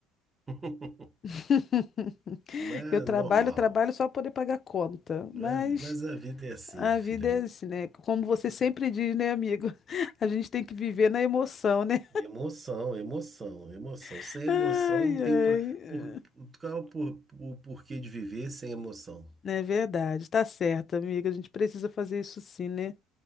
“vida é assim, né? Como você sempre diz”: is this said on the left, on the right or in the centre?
Left